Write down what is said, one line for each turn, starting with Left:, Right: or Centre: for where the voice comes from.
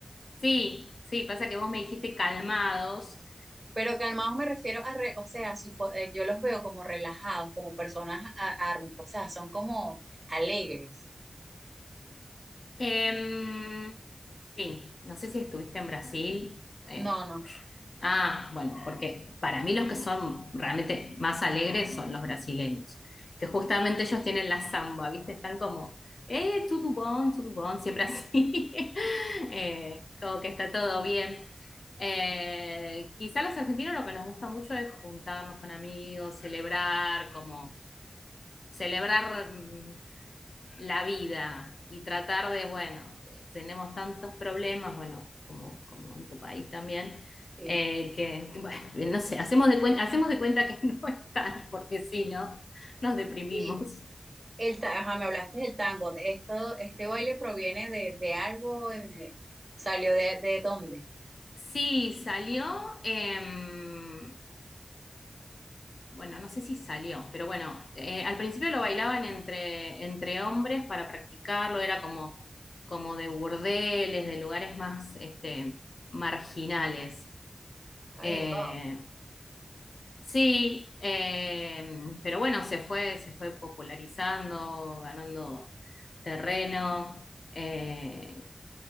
Left: sí, sí, pasa que vos me dijiste calmados.
Right: Pero calmados me refiero a, re- o sea, su fo- eh, yo los veo como relajados, como personas a- arm- o sea, son como alegres.
Left: Em, sí, no sé si estuviste en Brasil, eh,
Right: No, no.
Left: Ah, bueno, porque para mí los que son realmente más alegres son los brasileños, que justamente ellos tienen la samba, ¿viste? Están como, eh, tudo bom, tudo bom, siempre así, <laughs> Eh, como que está todo bien. Eh, quizá los argentinos lo que nos gusta mucho es juntarnos con amigos, celebrar, como celebrar mm, la vida y tratar de, bueno, tenemos tantos problemas, bueno, como, como en tu país también,
Right: Sí.
Left: eh, que, bueno, no sé, hacemos de cuenta, hacemos de cuenta que <laughs> no están, porque si no, nos deprimimos.
Right: Y el, ta- ajá, me hablaste del tango. De esto, este baile proviene de, de algo, eh, salió de, de dónde.
Left: Sí, salió, em, bueno, no sé si salió, pero bueno, eh, al principio lo bailaban entre, entre hombres para practicarlo, era como, como de burdeles, de lugares más este, marginales.
Right: Ay,
Left: Eh,
Right: wow.
Left: Sí, eh, pero bueno, se fue, se fue popularizando, ganando terreno. eh,